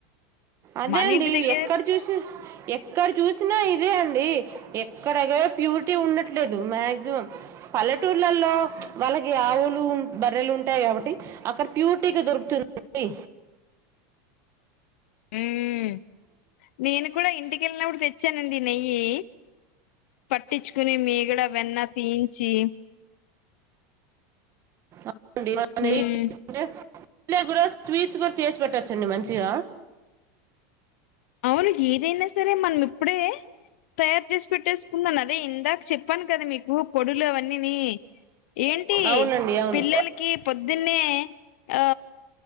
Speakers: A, on the right; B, on the left.
A: అదే
B: మనింటి
A: అండి
B: దగ్గరె
A: ఎక్కడ చూసి ఎక్కడ చూసినా ఇదే అండి ఎక్కడ య ప్యూరిటీ ఉండట్లేదు మాక్సిమం పల్లెటూర్లలో వాళ్ళకి ఆవులు బర్రెలు ఉంటాయి కాబట్టి అక్కడ ప్యూరిటీగా దొరుకుతుంది కదండి
B: ఉమ్ నేను కూడ ఇంటిక్ కెళ్ళినప్పుడు తెచ్చానండి నెయ్యి పట్టిచ్చుకుని మీగడ వెన్న తీయించి
A: అవునండి మనం నెయ్యి
B: మ్మ్
A: <inaudible> పిల్లలగూడ స్వీట్స్ గూడ చేసి పెట్టొచ్చండి మంచిగ
B: అవును ఏదైనా సరే మనం ఇప్పుడే తయారు చేసి పెట్టేసుకున్నాను అదే ఇందాక చెప్పాను కదా మీకు పొడులు అవన్ అన్నిని ఏంటి
A: అవునండి అవును
B: పిల్లలకి పొద్దున్నే ఆ